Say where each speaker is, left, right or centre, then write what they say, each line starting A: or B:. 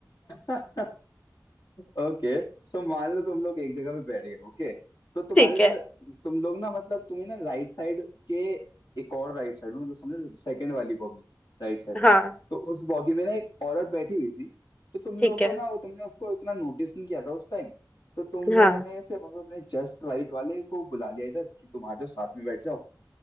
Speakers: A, on the left (about 70°); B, on the left (about 15°).
A: <laughs> ओके सो मान लो तुम लोग एक जगह पे बैठ गए ओके तो तुम्हारे
B: ठीक
A: जो
B: है
A: तुम लोग ना मतलब तुम्हें ना राइट साइड के एक और राइट साइड में मतलब समझो सेकंड वाली बॉगी राइट साइड में
B: हाँ
A: तो उस बॉगी में ना एक औरत बैठी हुई थी तो तुम
B: ठीक
A: लोग
B: है
A: को ना वो तुमने उसको इतना नोटिस नहीं किया था उस टाइम तो तुम लोगों
B: हाँ
A: ने सिर्फ अपने जस्ट राइट वाले को बुला लिया इधर कि तुम आ जाओ साथ में बैठ जाओ